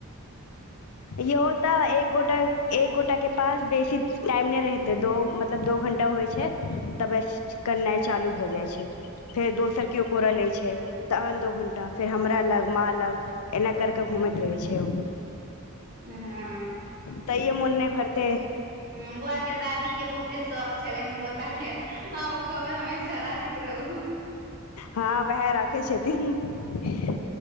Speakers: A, on the left (about 85°); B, on the right (about 40°).
A: इहो तऽ एक गोटा एक गोटा के पास बेसी टाइम नै रहते दो मतलब दो घंटा होइ छै तबस करनाइ चालू भऽ जाइ छै फेर दोसर किओ कोरा लय छै तहन दो घंटा फेर हमरा लग माँ लग एना करके घूमैत रहय छै ओ
B: हँ
A: तइओ मोने भरते
B: हं बौआ के दादी के बहुते शौक छलनि पोता के आब गब हमेशा राख रहू
A: हँ वएह राखै छथिन